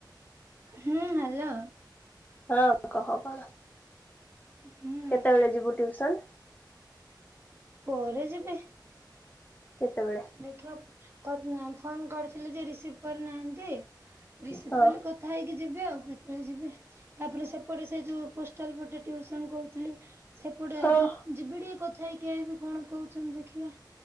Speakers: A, on the right; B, on the left.
A: ହୁଁ ହ୍ୟାଲୋ।
B: ହଁ କହ କଣ?
A: ହୁଁ।
B: କେତେବେଳେ ଯିବୁ ଟିଉସନ୍?
A: କୁଆରେ ଯିବି?
B: କେତେବେଳେ?
A: ଦେଖିବା କରିନାହଁ ଫୋନ୍ କରିଥିଲେ ଯେ ରିସିଭ୍ କରିନାହାଁନ୍ତି, ରିସିଭ୍
B: ହଁ।
A: କଲେ କଥ୍ କଥା ହେଇକି ଯିବି ଆଉ, କେତେଏଳେ ଯିବି? ତା'ପରେ ସେପଟେ ସେ ଯୋଉ ପୋଷ୍ଟାଲ୍ ପଟେ ଟିଉସନ୍ କରୁଥିଲେ! ସେପଟେ
B: ହଁ
A: ଆଜି ଯିବି ଟିକେ କଥା ହେଇକିି ଆଇବି, କଣ କହୁଛନ୍ତି ଦେଖିବା?